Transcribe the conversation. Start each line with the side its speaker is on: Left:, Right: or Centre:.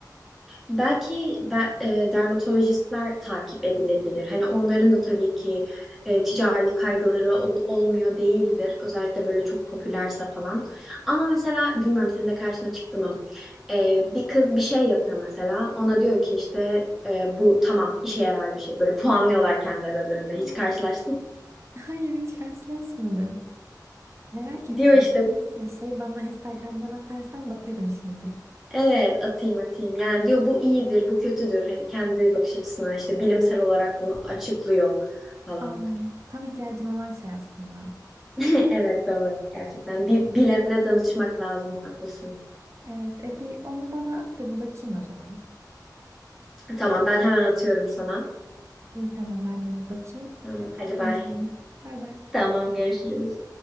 Centre: Belki be- e, dermatolojistler takip edilebilir. Hani onların da tabii ki e, ticari kaygıları ol- olmuyor değildir. Özellikle böyle çok popülerse falan. Ama mesela bilmiyorum senin de karşına çıktı mı? Ee, bir kız bir şey yapıyor mesela. Ona diyor ki işte e, bu tamam işe yarar bir şey. Böyle puanlıyorlar kendi aralarında. Hiç
Right: Aa.
Centre: karşılaştın
Right: <laughs> Hayır hiç karşılaşmadım. Merak
Centre: mı?
Right: ettim.
Centre: Diyor işte
Right: Bu nasıl bir şey? Bana Instagram'dan atarsan bakarım şimdi.
Centre: evet atayım atayım. Yani diyor bu iyidir, bu kötüdür. Hani kendi bakış açısından işte bilimsel olarak bunu açıklıyor falan.
Right: Aa, tam ihtiyacım olan şey aslında.
Centre: <laughs> Evet doğru gerçekten. Bir bilene danışmak lazım. Haklısın.
Right: Evet, e bir onu bana at da bir bakayım o zaman.
Centre: Tamam ben hemen atıyorum sana.
Right: İyi tamam ben de bir bakayım.
Centre: Tamam,
Right: Tekrar
Centre: Hadi
Right: konuşalım.
Centre: bay.
Right: Bay bay.
Centre: Tamam görüşürüz.